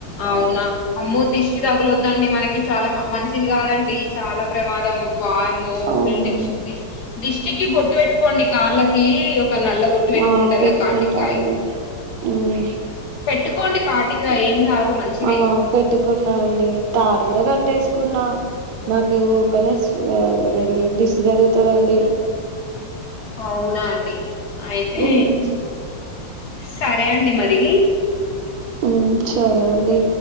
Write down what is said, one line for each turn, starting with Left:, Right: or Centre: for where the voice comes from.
Left: అవునా అమ్మో దిష్టి తగలొద్దండి మనకి చాలా మంచిది కాదండి చాలా ప్రమాదం వామ్మో,
Right: అవునా
Left: దిష్ దిష్టికి బొట్టు పెట్టుకోండి కాళ్ళకి ఒక నల్ల బొట్టు పెట్టుకుంటారు
Right: ఆ పెట్టుకుంటా
Left: కదా కాటికాయ,
Right: అండి హ్మ్.
Left: పెట్టుకోండి కాటికాయ ఏం కాదు. మంచిదే
Right: ఆ పెట్టుకున్నా అండి తా అడుగు కట్టేసుకున్నా నాకు ఉ గణష్ అదేడి దిష్టి తగుల్తాదండి
Left: అవునా అన్ డి అయితే
Right: ఉమ్
Left: సరే అండి మరి
Right: హ్మ్ సరే అండి